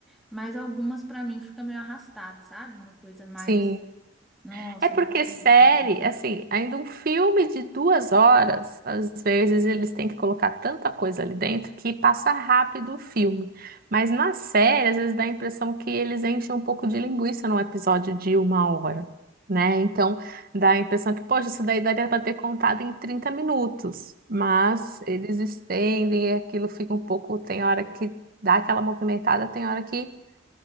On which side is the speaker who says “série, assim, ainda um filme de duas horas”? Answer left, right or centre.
Right